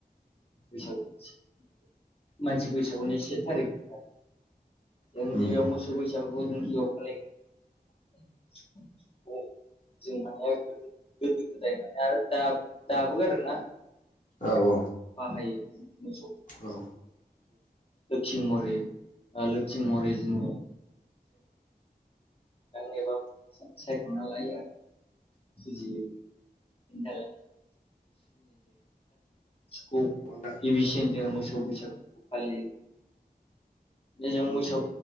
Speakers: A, on the left (about 35°); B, on the left (about 50°).
A: बैसागु मानसि बैसागुनि से थारिख आरो जोंगियाव
B: उम
A: मोसौ बैसागुखौ जोंगियाव <unintelligible> जों माल गोदो गोदाय माने आरो दाबो आरो ना
B: औ औ
A: बाहायो मोसौ
B: औ
A: खौ महरै लोखि महरै जोंङो आं एबा सायखना लायो आरो जुजियो <unintelligible> खौ
B: नंगौ नोंथां
A: गिबिसिन जोंङो मोसौ बैसागु फालि जों मोसौ